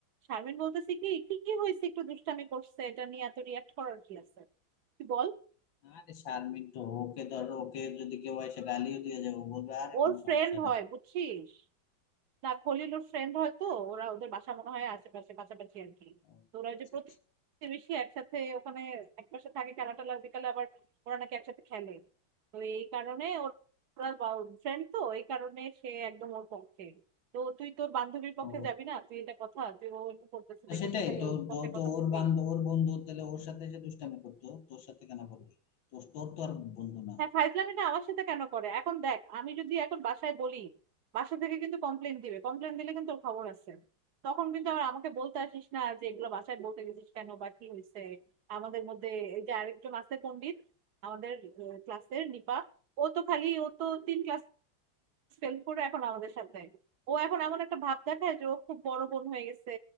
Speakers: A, on the right; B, on the left.
A: শারমিন বলতেছি কি কি কি হয়েছে একটু দুষ্টামি করছে এটা নিয়ে এত রিয়াক্ট করার কি আছে তুই বল
B: আরে শারমিন তো ওকে ধরো ওকে যদি কেউ এসে গালিও দিয়ে যায় ও বলবে আরে
A: ওর
B: কোনো সমস্যা
A: ফ্রেন্ড
B: নাই
A: হয় বুঝছিস না খলিল ওর ফ্রেন্ড হয়তো ওরা ওদের বাসা মনে হয় আশেপাশে পাশাপাশি আর কি
B: ও
A: তো ওরা ওই
B: আচ্ছা,
A: যে প্রতিবেশী
B: আচ্ছা।
A: একসাথে ওখানে একপাশে থাকে খেলা টেলা বিকালে আবার ওরা নাকি একসাথে খেলে তো এই কারণে ওর- ওরা ফ্রেন্ড তো এই কারণে সে একদম ওর পক্ষে তো তুই তোর বান্ধবীর
B: ও
A: পক্ষে যাবি না তুই এটা কথা তুই ও এরকম করতেছে
B: না,
A: দেখে
B: সেটাই
A: তুই খালি
B: তো
A: ওর পক্ষে
B: তো তো
A: কথা
B: ওর
A: বলবি
B: বান্ধব ওর বন্ধু তাহলে ওর সাথে এসে দুষ্টামি করতো তোর সাথে কেন করবে তোর তোর তো আর বন্ধু না
A: হ্যাঁ ফাইজলামিটা আমার সাথে কেন করে এখন দেখ আমি যদি এখন বাসায় বলি বাসা থেকে কিন্তু কমপ্লেন দিবে কমপ্লেন দিলে কিন্তু ওর খবর আছে তখন কিন্তু আর আমাকে বলতে আসিস না যে এগুলো বাসায় বলতে গেছিস কেন বা কি হয়েছে আমাদের মধ্যে এই যে আরেকজন আছে পণ্ডিত আমাদের ক্লাসের নিপা ও তো খালি ও তো তিন ক্লাস সেলফ করে এখন আমাদের সাথে ও এখন এমন একটা ভাব দেখায় যে ও খুব বড় বোন হয়ে গেছে